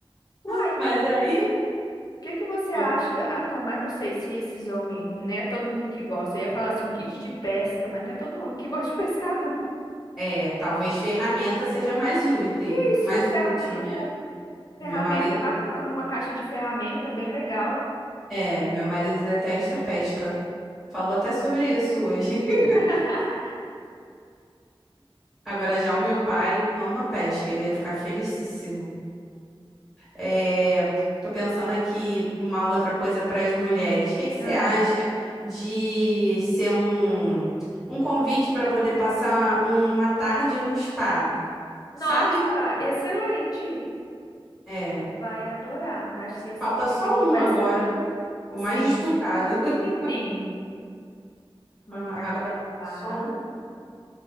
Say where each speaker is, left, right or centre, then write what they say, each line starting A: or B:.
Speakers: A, on the left (about 45°); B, in the centre.
A: Uai,
B: <laughs>
A: prima,
B: Mas aí.
A: o que que você acha?
B: Ah.
A: Ah, não, mas não sei se esses homens, não é todo mundo que gosta. Eu ia falar assim, um kit de pesca, mas não é todo homem que gosta de pescar, não.
B: É, talvez ferramenta
A: Pra
B: seja
A: colocar.
B: mais útil,
A: Isso,
B: mais
A: ferramenta.
B: útil, né? Meu
A: Ferramenta
B: marido,
A: é bacana, uma caixa de ferramenta é bem legal.
B: é, meu marido detesta
A: Caixa de
B: pesca.
A: ferramenta.
B: Falou até sobre isso hoje. <laughs>
A: <laughs>
B: Agora já o meu pai ama pesca, ele ia ficar felicíssimo. É, tô pensando aqui uma outra coisa para as mulheres. O que que você
A: Ah,
B: acha de ser um, um convite para poder passar uma tarde no spa,
A: Nossa,
B: sabe?
A: excelente.
B: É,
A: Vai adorar. Acho que esse
B: falta
A: prêmio
B: só
A: aqui
B: um
A: vai
B: agora,
A: ser.
B: né? O
A: Sim,
B: mais disputado. <laughs>
A: sim. Uma
B: Ah,
A: tarde.
B: Agora falta
A: Ah,
B: só um.